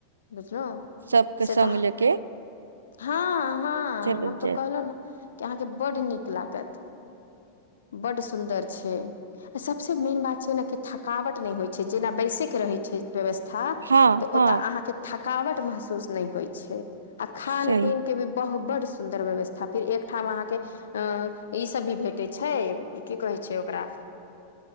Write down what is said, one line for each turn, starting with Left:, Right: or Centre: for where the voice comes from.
Left: बुझलहुँ
Right: सबके संग
Left: से तऽ
Right: लेके
Left: हँ हँ
Right: चलल
Left: हम तऽ
Right: जायत
Left: कहलहुं ने कि अहाँके बड्ड नीक लागत। बड्ड सुन्दर छैय। आ सबसँ मेन बात छैय ना कि थकावट नहि होइ छैय जेना बैसैके रहै छैय। व्यवस्था
Right: हँ
Left: तऽ
Right: हँ
Left: ओतऽ अहाँके थकावट महसूस नहि होइ छैय आ खान
Right: सही
Left: पीन के भी बहु बड्ड सुन्दर व्यवस्था फिर एकठाम अहाँके अ ईसभ भी भेटै छैय की कहै छैय ओकरा